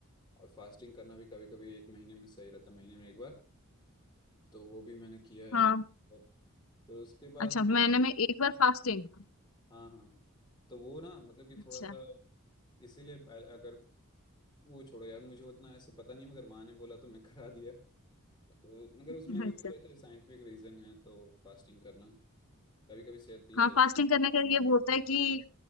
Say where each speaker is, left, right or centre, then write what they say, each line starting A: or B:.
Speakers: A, on the left; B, on the left.
A: और फास्टिंग करना भी कभी कभी एक महीने में सही रहता महीने में एक बार तो वो भी मैंने किया है
B: हाँ
A: और फिर उसके बाद
B: अच्छा महीने में एक बार फास्टिंग
A: हाँ हाँ तो वो ना मतलब कि
B: अच्छा
A: थोड़ा सा इसीलिए पहले- अगर वो छोड़ो यार मुझे उतना ऐसे पता नहीं मगर माँ ने बोला तो मैं <laughs> करा दिया तो मगर
B: <laughs>
A: उसमें भी
B: अच्छा
A: कुछ ऐसे साइंटिफिक रीजन है तो फास्टिंग करना कभी कभी सेहत के लिए
B: हाँ
A: सही
B: फास्टिंग करने का ये वो होता है कि